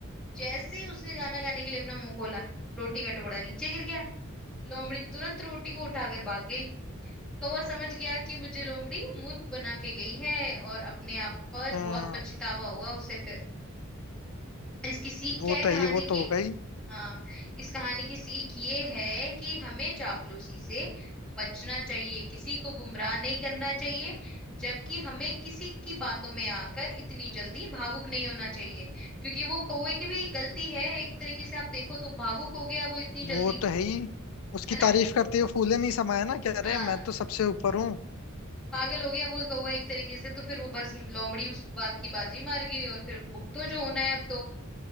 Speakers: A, in the centre; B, on the left.
A: जैसे ही उसने गाना गाने के लिए अपना मुंह खोला रोटी का टुकड़ा नीचे गिर गया लोमड़ी तुरंत रोटी को उठाकर भाग गई कौवा समझ गया कि मुझे लोमड़ी मूर्ख बना के गई है और अपने आप पर
B: हम्म
A: बहुत पछतावा हुआ उसे फिर और इसकी सीख
B: वो
A: क्या है
B: तो
A: कहानी
B: है ही वो तो
A: की
B: हो गई
A: हाँ इस कहानी की सीख ये है कि हमें चापलूसी से बचना चाहिए किसी को गुमराह नहीं करना चाहिए जबकि हमें किसी की बातों में आकर इतनी जल्दी भावुक नहीं होना चाहिए क्योंकि वो कौवे की भी गलती है एक तरीके से आप देखो तो भावुक हो गया वो इतनी
B: वो
A: जल्दी
B: तो है ही उसकी
A: है ना
B: तारीफ करते हुए फूले नहीं समाया ना कह रहे
A: हाँ
B: मैं तो सबसे ऊपर हूँ
A: पागल हो गया वो कौवा एक तरीके से तो फिर वो बस लोमड़ी उस बात की बाजी मार गई और फिर भुगतो जो होना है अब तो